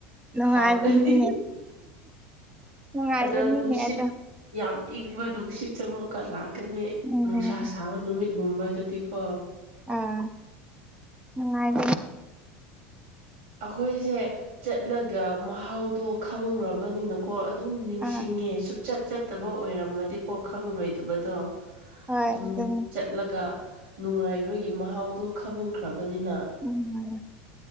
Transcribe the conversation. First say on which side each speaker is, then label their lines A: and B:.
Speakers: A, on the right; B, on the right.
A: ꯅꯨꯡꯉꯥꯏꯕꯅꯤꯅꯦ
B: ꯍꯥꯎꯔꯅꯤ
A: ꯅꯨꯡꯉꯥꯏꯕꯅꯤꯅꯦ
B: ꯑꯗ ꯅꯨꯡꯁꯤꯠ
A: ꯑꯗꯣ
B: ꯌꯥꯝ ꯏꯪꯕ ꯅꯨꯡꯁꯤꯠꯁꯦ ꯑꯃꯨꯛꯀ ꯂꯥꯛꯑꯒꯦ ꯀꯅꯤ
A: ꯎꯝ
B: ꯅꯨꯡꯁꯥ ꯁꯥꯕ ꯅꯨꯃꯤꯠꯒꯨꯝꯕꯗꯗꯤꯀꯣ
A: ꯑꯥ ꯅꯨꯡꯉꯥꯏ
B: ꯑꯩꯈꯣꯏꯁꯦ ꯆꯠꯂꯒ ꯃꯍꯥꯎꯗꯣ ꯈꯪꯈ꯭ꯔꯕꯅꯤꯅ ꯀꯣ ꯑꯗꯨꯝ ꯅꯤꯡꯁꯤꯡꯉꯦ
A: ꯑꯥ
B: ꯁꯨꯆꯠ ꯆꯠꯇꯕ ꯑꯣꯏꯔꯝꯃꯗꯤꯀꯣ ꯈꯪꯂꯔꯣꯏꯗꯕꯗꯣ
A: ꯍꯣꯏ
B: ꯑꯗꯨꯝ
A: ꯑꯗꯨꯅꯤ
B: ꯆꯠꯂꯒ ꯅꯨꯡꯉꯥꯏꯕꯒꯤ ꯃꯍꯥꯎꯗꯣ ꯈꯪꯈ꯭ꯔꯕꯅꯤꯅ
A: ꯎꯝꯝ